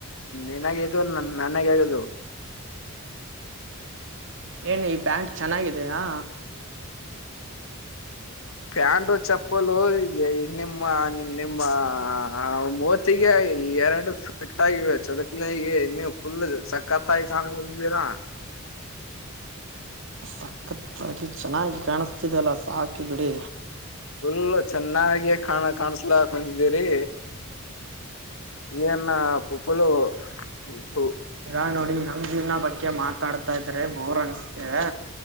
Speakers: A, on the left (about 70°); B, on the right (about 60°).
A: ನನ್ಾಗ ಇದ ನನ್ಗ ಆಗದು
B: ಏನ್ ಈ ಪ್ಯಾಂಟ್ ಚೆನ್ನಾಗಿದೆಯಾ
A: ಪ್ಯಾಂಟೋ ಚಪ್ಪಲು ನಿಮ್ಮ ಾ <unintelligible> ಮೂವತ್ತಿಗೆ ಎರಡು ಫಿಟ್ ಆಗೆ ಚೊಲಿನ ಇವು ಫುಲ್ ಸಕತ್ ಸ್ಾಯ ಾನೆ ಬದ
B: ಸಕ್ಕತ್ತಾಗಿ ಚೆನ್ನಾಗಿ ಕಾಣಿಸ್ತಿದಲ್ಲ ಸಾಕಿ ಬಿಡಿ
A: ಫುಲ್ಲ ಚೆನ್ನಾಗ ಕಾಣ ಕಾಣಸ್ಲಾ ಕುಂತಿದ್ದೀರಿ ನ್ನ ಪುಪ್ಪುಲು ಹೌದು <unintelligible>
B: ಈವಾಗ ನೋಡಿ ನಮ್ ಜೀವ್ನ ಬಗ್ಗೆ ಮಾತಾಡ್ತಾ ಇದ್ರೆ ಬೋರ್ ಅನ್ಸ್ತೆೇ